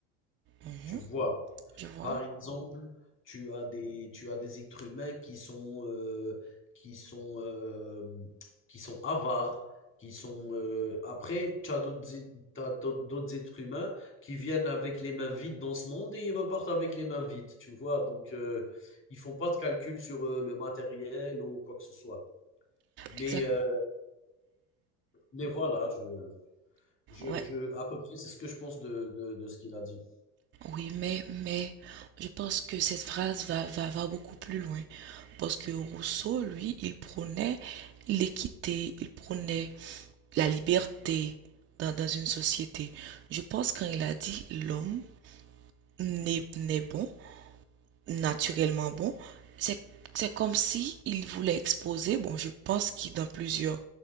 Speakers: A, on the right; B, on the left.
A: mhm,
B: Tu vois?
A: je vois.
B: Par exemple, tu as des tu as des êtres humains qui sont, heu, qui sont, hem, qui sont avares, qui sont, heu après tu as d'autres êt tu as d'autres d'autres êtres humains qui viennent avec les mains vides dans ce monde et ils repartent avec les mains vides, tu vois? Donc, heu, ils font pas de calcul sur, heu, le matériel ou quoi que ce soit. Mais,
A: Exact.
B: heu, mais voilà, je je
A: Ouais,
B: je à peu près, c'est ce que je pense de de de ce qu'il a dit.
A: Oui, mais, mais je pense que cette phrase va, va, va beaucoup plus loin. Parce que Rousseau, lui, il prônait l'équité, il prônait la liberté dans, dans une société. Je pense quand il a dit l'homme n'est, n'est bon naturellement bon. C'est, c'est comme si il voulait exposer, bon, je pense qu'il dans plusieurs,